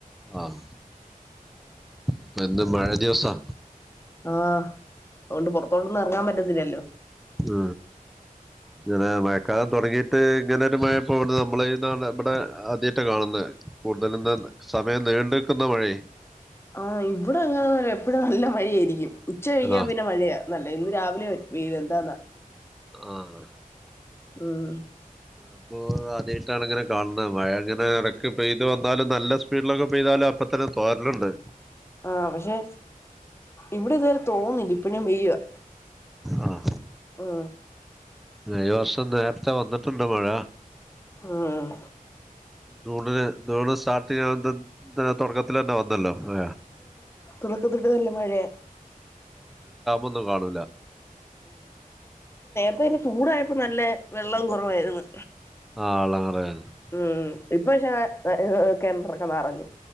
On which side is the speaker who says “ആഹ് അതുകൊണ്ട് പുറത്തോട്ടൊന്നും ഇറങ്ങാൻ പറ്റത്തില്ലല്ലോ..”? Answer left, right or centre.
Left